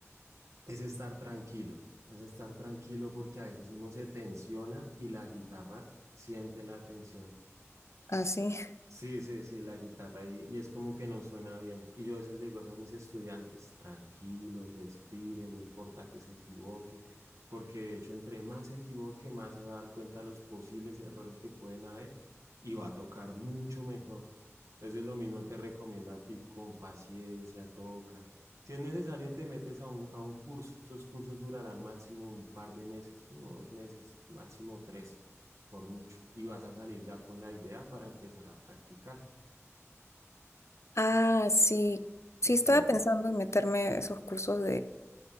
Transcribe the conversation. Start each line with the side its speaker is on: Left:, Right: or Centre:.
Right: es estar tranquilo. Es estar tranquilo porque a veces uno se tensiona y la guitarra siente la tensión.
Left: así.
Right: Sí, sí, sí, la guitarra y, y es como que no suena bien. Y yo a veces le digo eso a mis estudiantes, tranquilos, respiren, no importa que se equivoque, porque de hecho entre más se equivoque, más se va a dar cuenta de los posibles errores que pueden haber y va a tocar mucho mejor. Entonces lo mismo te recomiendo a ti, con paciencia, tocas. Si es necesario, te metes a un, a un curso. Esos cursos durarán máximo un par de meses, uno, dos meses, máximo tres por mucho. Y vas a salir ya con la idea para empezar a practicar.
Left: Ah, sí. Sí,
Right: Es
Left: estaba
Right: genial.
Left: pensando en meterme a esos cursos